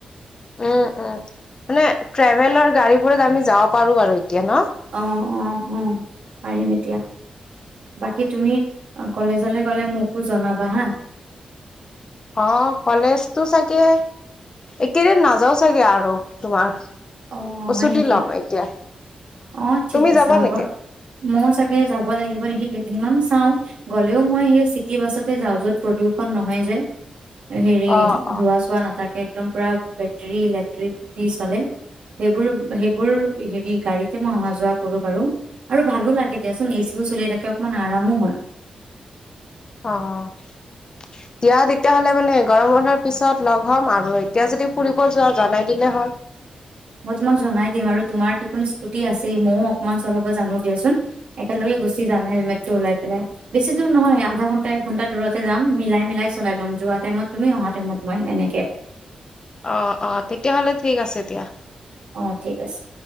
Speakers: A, on the left; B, on the right.
A: উম উম মানে ট্ৰেভেলৰ গাড়ীবোৰত আমি যাব পাৰোঁ আৰু এতিয়া ন
B: আহ অ অ পাৰিম এতিয়া। বাকী তুমি কলেজলৈ গ'লে মোকো জনাবা হা
A: অ কলেজতো চাগে একেইদিন নাযাওঁ চাগে আৰু তোমাৰ
B: অ হয়
A: চুতি
B: নেকি
A: ল'ম এতিয়া।
B: অ ঠিক
A: তুমি
B: আছে
A: যাবা
B: হ'বা
A: নেকি
B: ময় চাগে যাব। <unintelligible> লাগিব নেকি কেইদিনমান চাও গ'লেও মই সেই চিটি বাছতে যাও য'ত প্ৰদূষন নহয় যে <unintelligible> হেৰি
A: অ অ
B: ধোৱা চোৱা নাথাকে একদম পুৰা বেটৰী ইলেক্ট্ৰিকি চলে। <unintelligible> সেইবোৰ সেইবোৰ হেৰি গাড়ীতে মই অহা যোৱা কৰো বাৰু আৰু ভালো লাগে দিয়াচোন এচ। চলি থাকে অকমান আৰামো হয়।
A: অ। এতিয়া তেতিয়াহ'লে মানে এঘাৰ মানৰ পিছত লগ হ'ম আৰু এতিয়া যদি ফুৰিব যোৱা জনাই দিলে হ'ল। <unintelligible>
B: মই তোমাক জনাই দিম আৰু তোমাৰ দেখোন স্কুটি আছেই ম। অকমান চলাব জানো দিয়াচোন একেলগে গুচি যাম হেলমেট ওলাই পেলাই বেছি দূৰ নহয় আধা ঘন্টাই। <unintelligible> এক ঘণ্টা দূৰতে যাম মিলাই মিলাই চলাই লম যোৱা টাইমত তুমি অহা টাইমত মই এনেকে।
A: অ অ তেতিয়াহ'লে ঠিক আছে দিয়া।
B: অ ঠিক আছে।